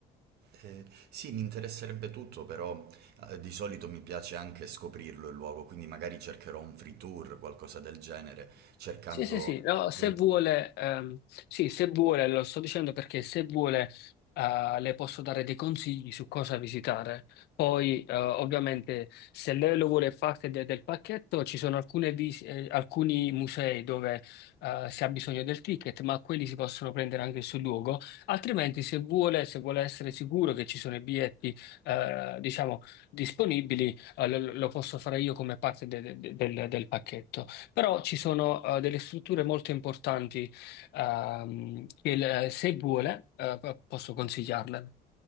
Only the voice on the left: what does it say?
Sì, sì, sì, no, se
vuole, ehm, sì, se vuole, lo sto dicendo perché se vuole, eh, le posso dare dei consigli su cosa visitare. Poi, eh, ovviamente, se lei lo vuole parte de- del pacchetto, ci sono alcune vis- eh, alcuni musei dove, eh, si ha bisogno del ticket, ma quelli si possono prendere anche sul luogo. Altrimenti, se vuole, se vuole essere sicuro che ci sono i biglietti, eh, diciamo, disponibili, eh, lo, lo posso fare io come parte de- de- del del pacchetto. Però ci sono eh, delle strutture molto importanti ehm, che il- eh, se vuole eh, posso consigliarle.